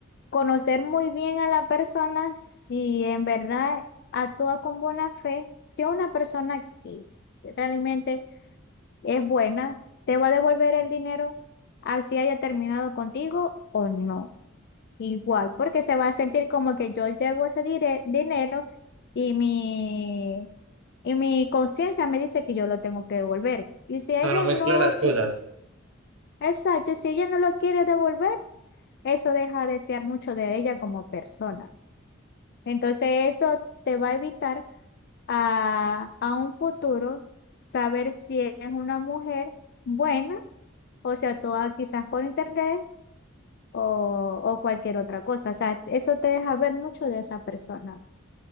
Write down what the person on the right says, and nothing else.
O sea, no mezcla
las cosas.